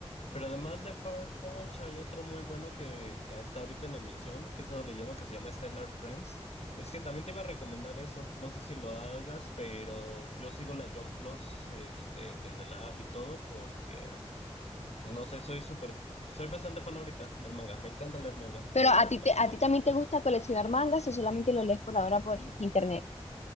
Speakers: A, on the left; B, on the left.
A: Pero además de Fire Punch hay otro muy bueno que está ahorita en emisión, que he estado leyendo, que se llama Stellar Friends. Es que también te iba a recomendar eso, no sé si lo hagas, pero yo sigo la Jump Plus, este, desde la app y todo, porque, pues no sé, soy súper, soy bastante fan ahorita del manga, me encanta leer manga, entonces
B: Pero a
A: me la
B: ti,
A: paso
B: te-
A: leyendo.
B: a ti también te gusta coleccionar mangas o solamente lo lees por ahora por internet.